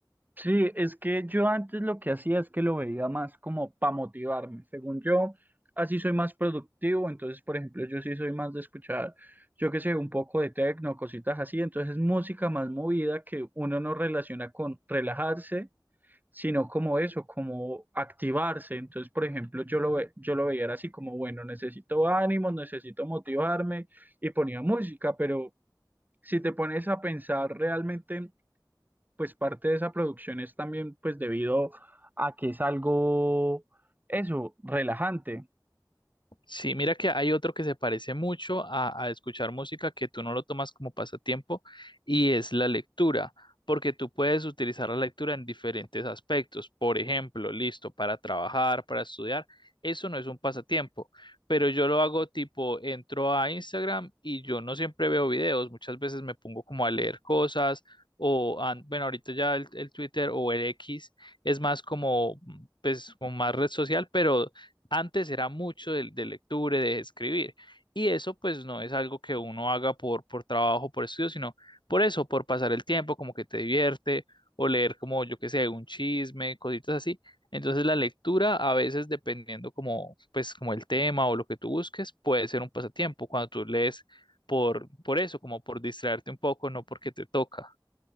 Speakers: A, on the right; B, on the left.
A: Sí, es que yo antes lo que hacía es que lo veía más como para motivarme. Según yo, así soy más productivo. Entonces, por ejemplo, yo sí soy más de escuchar, yo qué sé, un poco de techno, cositas así. Entonces, música más movida que uno no relaciona con relajarse, sino como eso, como activarse. Entonces, por ejemplo, yo lo ve, yo lo veía era así como, bueno, necesito ánimos, necesito motivarme y ponía música, pero si te pones a pensar realmente pues parte de esa producción es también pues debido a que es algo, eso, relajante.
B: Sí, mira que hay otro que se parece mucho a, a escuchar música que tú no lo tomas como pasatiempo y es la lectura, porque tú puedes utilizar la lectura en diferentes aspectos. Por ejemplo, listo, para trabajar, para estudiar, eso no es un pasatiempo, pero yo lo hago tipo, entro a Instagram y yo no siempre veo videos, muchas veces me pongo como a leer cosas o, ah, bueno, ahorita ya el, el Twitter o el X es más como, mm, pues, como más red social, pero antes era mucho de, de lectura, y de escribir. Y eso pues no es algo que uno haga por, por trabajo, por estudio, sino por eso, por pasar el tiempo, como que te divierte, o leer como yo que sé, un chisme, cositas así. Entonces la lectura a veces dependiendo como pues como el tema o lo que tú busques, puede ser un pasatiempo cuando tú lees por, por eso, como por distraerte un poco, no porque te toca.